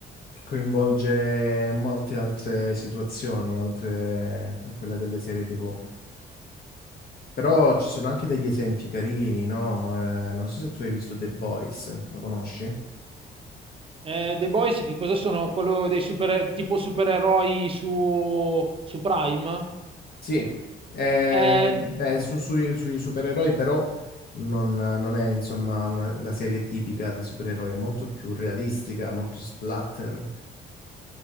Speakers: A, on the left; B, on the right.
A: che coinvolge molte altre situazioni, oltre a quella delle serie TV. Però ci sono anche degli esempi carini, no? Eh, non so se tu hai visto The Boys, lo conosci?
B: Eh, The Boys che cosa sono? Quello dei super, tipo supereroi su, su Prime?
A: Sì, eh,
B: Eh,
A: beh, su- sui sui supereroi però non, non è insomma una- la serie tipica dei supereroi, è molto più realistica, molto splatter.